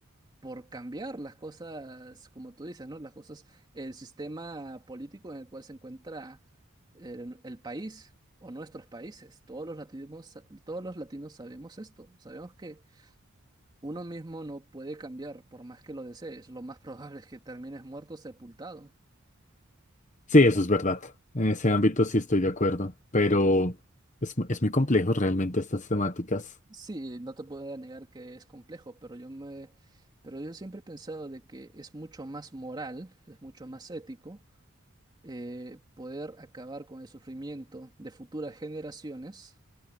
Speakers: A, on the right; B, on the left.
A: por cambiar las cosas, como tú dices, ¿no? Las cosas, el sistema político en el cual se encuentra el, el país o nuestros países. Todos los latinos, todos los latinos sabemos esto, sabemos que uno mismo no puede cambiar por más que lo desees. Lo más probable es que termines muerto, sepultado.
B: sí, eso es verdad. En ese ámbito sí estoy de acuerdo, pero
A: Entonces,
B: es, mu- es muy complejo realmente estas temáticas.
A: Sí, no te puedo negar que es complejo, pero yo me, pero yo siempre he pensado de que es mucho más moral, es mucho más ético eh, poder acabar con el sufrimiento de futuras generaciones